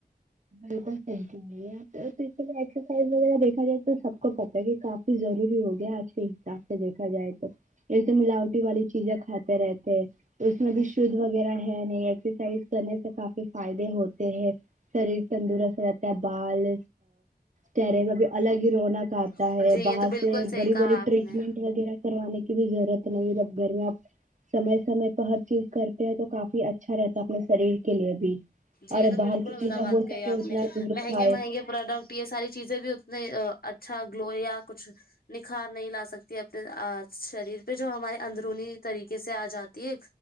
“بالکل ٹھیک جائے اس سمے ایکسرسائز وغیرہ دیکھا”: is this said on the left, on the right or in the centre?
Right